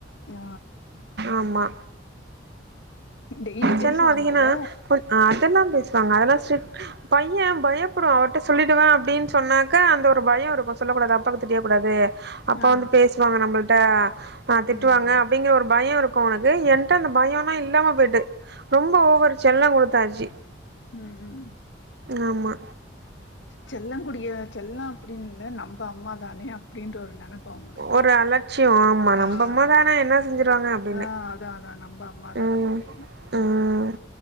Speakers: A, on the left; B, on the right.
A: ஆ
B: ஆமா
A: டெய்லி
B: செல்லாம்
A: பேசுவாங்கல்ல
B: அதிகோன்னா கொ அதெல்லாம் பேசுவாங்க அதெல்லாம் பையன் பயப்படும் அவர்கிட்ட சொல்லிடுவேன் அப்படின்னு சொன்னாக்க அந்த ஒரு பயம் இருக்கும் சொல்லக்கூடாதுா பக்கு தெரிய கூடாது அப்பா
A: ஆ
B: வந்து பேசுவாங்க நம்பல்ட்ட திட்டுவாங்க
A: ம்
B: அப்படிங்கற ஒரு பயம் இருக் கு உனக்கு என்ட்ட அந்த பயம்னா இல்லாம போயிட்டு ரொம்ப ஓவொரு செல்லம் கொடுத்தாச்சு
A: உம் ம்
B: ஆமா
A: செல்ல கூடிய செல்லாம் அப்படின்னுல்ல நம்ப அம்மா தானே அப்படின்ற ஒரு நனப்பு பு அவுங்களுக்கு
B: ஒரு அலட்சியோ ஆமா
A: ஆ
B: நம்பம்மா
A: ஆ
B: தான என்ன செஞ்சிருவாங்க அப்டின்னு
A: ஆ ஆ அதான் அதான் நம்ப அம்மா தானே
B: ம்
A: அப்படின்னு உம்
B: ம்